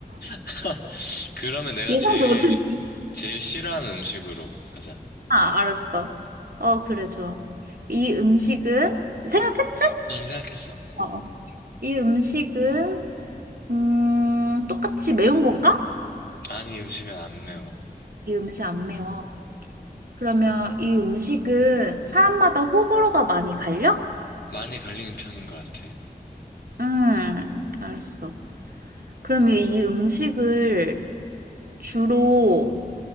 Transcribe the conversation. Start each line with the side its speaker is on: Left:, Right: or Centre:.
Left: <laughs> 그러면 내가
Right: 예상도
Left: 제일,
Right: 못했지.
Left: 제일 싫어하는 음식으로 하자.
Right: 아, 알았어. 어, 그래, 좋아. 이 음식은, 생각했지?
Left: 응, 생각했어.
Right: 어, 어. 이 음식은 음, 똑같이 매운 건가?
Left: 아니, 음식은 안 매워.
Right: 이 음식 안 매워. 그러면 이 음식은 사람마다 호불호가 많이 갈려?
Left: 많이 갈리는 편인 것 같아.
Right: 음, 알았어. 그러면 이 음식을 주로